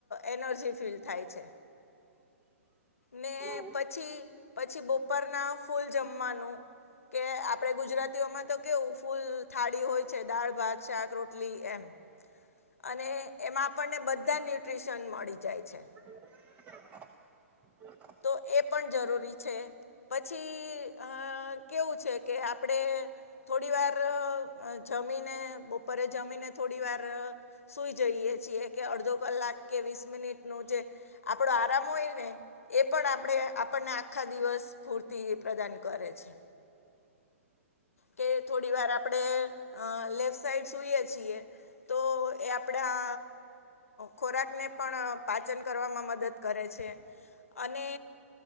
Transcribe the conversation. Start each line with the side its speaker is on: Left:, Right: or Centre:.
Left: એનર્જી ફીલ થાય છે. ને
Right: હા
Left: પછી, પછી બપોર ના ફૂલ જમવાનું. કે આપડે ગુજરાતીઓમાં તો કેવું, ફૂલ થાળી હોય છે. દાળ, ભાત, શાક, રોટલી એમ અને એમાં આપણને બધા ન્યુટ્રીશન મળી જાય છે,
Right: મામા! !! <unintelligible>
Left: તો એ પણ જરૂરી છે, પછી અઅ કેવું છે, કે આપડે થોડી વાર અ જમીને. બપોરે જમીને થોડી વાર સુઈ જઈએ છીએ. કે અડધો કલાક કે, વીસ મિનિટ નો જે આપડો આરામ હોય ને, એ આપડે આપણને આખા દિવસ ફૂર્તિ એ પ્રદાન કરે છે. કે થોડી વાર આપડે લેફ્ટ સાઈડ સુઈએ છીએ, તો એ આપડા ખોરાકને, પણ પાચન કરવામાં મદદ કરે છે. અને